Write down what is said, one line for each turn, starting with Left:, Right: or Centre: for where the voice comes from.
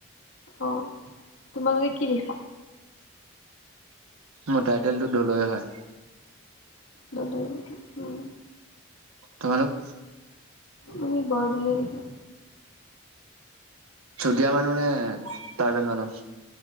Left: অ তোমালোকে কি লিখা
Right: মোৰ টাইটেলটো দলৈ হয়।
Left: দলৈ নেকি উম।
Right: তোমালোক
Left: আমি বৰদলৈ লিখোঁ।
Right: চুতীয়া মানুহ নে ট্ৰাইবেল মানুহ